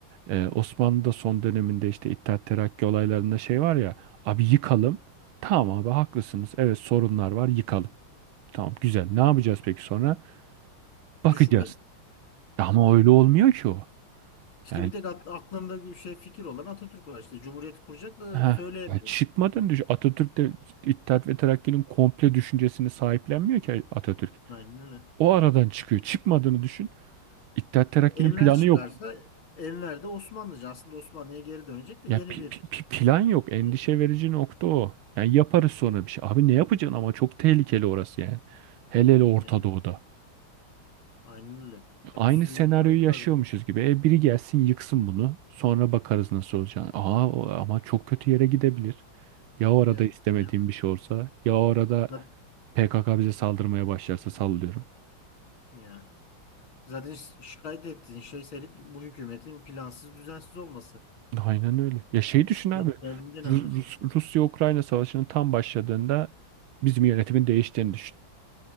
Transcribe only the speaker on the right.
Ee, Osmanlı'da son döneminde işte İttihat Terakki olaylarında şey var ya. Abi yıkalım. Tamam abi haklısınız. Evet sorunlar var yıkalım. Tamam güzel. Ne yapacağız peki sonra? Bakacağız.
Ya Ama öyle olmuyor ki o.
Yani
Ha,
ya çıkmadan düş. Atatürk de İttihat ve Terakki'nin komple düşüncesini sahiplenmiyor ki Atatürk.
O aradan çıkıyor. Çıkmadığını düşün. İttihat Terakki'nin
planı
yok.
Ya
pi-
pi- pi- plan yok. Endişe
verici nokta o. Yani yaparız sonra bir şey. Abi ne yapacaksın ama çok tehlikeli orası yani. Hele hele Orta
Doğu'da.
Aynı
senaryoyu
yaşıyormuşuz
gibi. E biri gelsin yıksın bunu. Sonra bakarız nasıl olacağını. Aa o- ama çok kötü yere gidebilir. Ya orada
istemediğim
bir şey olsa, ya orada.
PKK bize saldırmaya başlarsa sallıyorum.
Aynen öyle. Ya şey düşün abi.
Ru-
Rus- Rusya-Ukrayna savaşının tam başladığında bizim yönetimin değiştiğini düşün.